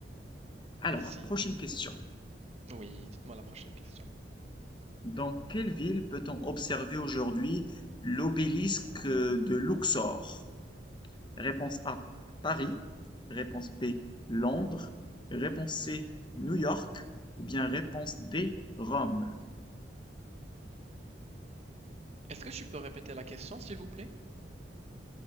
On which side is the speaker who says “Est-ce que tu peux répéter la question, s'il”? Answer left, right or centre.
Right